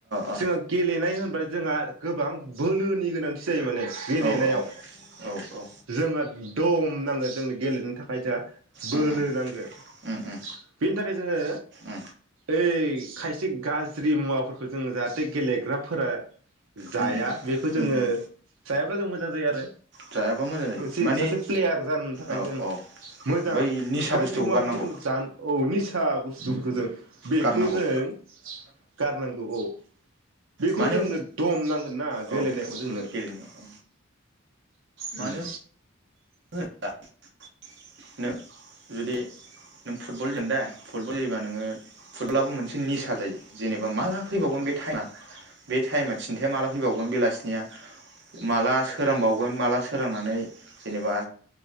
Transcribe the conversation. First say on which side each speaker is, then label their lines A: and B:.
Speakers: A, on the right (about 60°); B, on the right (about 75°).
A: अ
B: जोंहा गेलेनाय होनबाय जोंहा गोबां बोलोनि गोनांथि जायोमाने गेलेनायाव।
A: औ औ औ
B: जोंहा एदम नांगो जोंनो गेलेनो था <unintelligible> बोलो
A: उम
B: नांगोन।
A: उम उम
B: बेनि थाखाय जोङो,
A: उम
B: ओइ खायसे गाज्रि मुवाफोरखौ जोङो जाहाथे गेलेग्राफोरा जाया।
A: उम उम उम
B: बेखौ जोङो
A: उम
B: जायाब्ला जों मोजां जायो आरो।
A: जायाबा मोजां जायो
B: मोनसे
A: माने
B: सासे प्लेयार जानो थाखाय
A: औ
B: जों
A: औ
B: मोजां
A: बै निसा
B: गाज्रि
A: बुस्थुखौ
B: मुवाफोरखौ
A: गारनांगौ
B: जों जानो औ निसा बुस्थुफोरखौ जों बेखौ
A: गारनांगौ
B: जों गारनांगौ औ।
A: मानो
B: जोंनो दम नांगोन ना
A: औ
B: गेलेनायाव जोंनो।
A: गेलेनांगौ मानो
B: उम
A: <unintelligible> नों जुदि नों फुटबल जेन दे फुटबल जायोबा नोङो फुटबलाबो मोनसे निसा जायो जेनेबा माला फैबावगोन बे टाइमा बे टाइमा थिन्थाया माला फैबावगोन बेलासिनिया माला सोरांबावगोन माला सोरांनानै जेनेबा